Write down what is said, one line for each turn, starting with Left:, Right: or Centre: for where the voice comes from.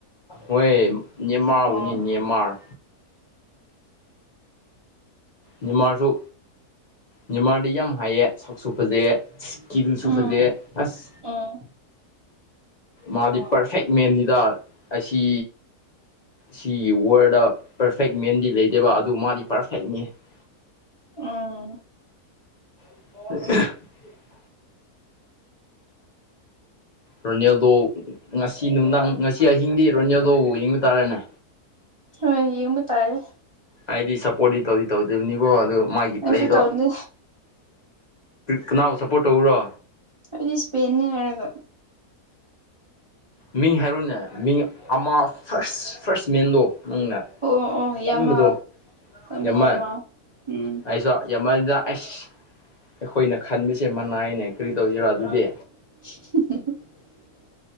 Left: ꯍꯣꯏ ꯅꯦꯃꯥꯔꯕꯨꯅꯤ
Right: ꯑꯣ
Left: ꯅꯃꯥꯔ ꯅꯤꯃꯥꯔꯁꯨ ꯅꯤꯃꯥꯔꯗꯤ ꯌꯥꯝ ꯍꯥꯏꯑ ꯁꯛꯁꯨ ꯐꯖꯩꯑ ꯁ꯭ꯀꯤꯜꯁꯨ
Right: ꯎꯝ
Left: ꯐꯖꯦ ꯑꯁ
Right: ꯎꯝ
Left: ꯃꯥꯗꯤ ꯄꯔꯐꯦꯛꯃꯦꯟꯅꯤꯗ ꯑꯁꯤ ꯁꯤꯒꯤ ꯋꯥꯔꯜꯗ ꯄꯔꯐꯦꯛ ꯃꯦꯟꯗꯤ ꯂꯩꯗꯦꯕ ꯑꯗꯨ ꯃꯥꯗꯤ ꯄꯔꯐꯦꯛꯅꯤ ꯑ
Right: ꯎꯝ
Left: <unintelligible> ꯔꯣꯅꯦꯜꯗꯣ ꯉꯁꯤ ꯅꯨꯡꯗꯥꯡ ꯉꯁꯤ ꯑꯍꯤꯡꯗꯤ ꯔꯣꯅꯦꯜꯗꯣꯕꯨ ꯌꯦꯡꯕ ꯇꯥꯔꯦꯅꯦ
Right: ꯑ ꯌꯦꯕꯨ ꯇꯥꯔꯦ
Left: ꯍꯥꯏꯗꯤ ꯁꯞꯄꯣꯔꯠꯇꯤ ꯇꯧꯗꯤ ꯇꯧꯗꯕꯅꯤꯀꯣ ꯑꯗꯨ ꯃꯥꯒꯤ
Right: ꯑꯩꯁꯨ
Left: ꯄ꯭ꯂꯦꯗꯣ
Right: ꯇꯧꯅꯤ
Left: ꯀꯅꯥꯕꯨ ꯁꯞꯄꯣꯔꯠ ꯇꯧꯧꯕꯔꯣ
Right: ꯑꯩ ꯁꯄꯦꯩꯅ ꯀꯅꯒ
Left: ꯃꯤ ꯍꯥꯏꯔꯣꯅꯦ ꯃꯤ ꯑꯃ ꯐꯥꯔꯁ ꯐꯥꯔꯁ ꯃꯦꯟꯗꯣ ꯅꯪꯅ
Right: ꯑꯣ ꯑꯣ ꯑꯣ
Left: ꯑꯄꯟꯝꯕꯗꯣ
Right: ꯌꯥꯃꯥꯜ ꯂꯥꯃꯤꯟ
Left: ꯌꯥꯝꯃꯜ
Right: ꯌꯥꯃꯥꯜ ꯎꯝ
Left: ꯑꯩꯁꯨ ꯃꯗ ꯑꯁ ꯑꯩꯈꯣꯏꯅ ꯈꯟꯕꯁꯦ ꯃꯅꯥꯏꯅꯦ ꯀꯔꯤ ꯇꯧꯁꯤꯔꯣ ꯑꯗꯨꯗꯤ
Right: <unintelligible>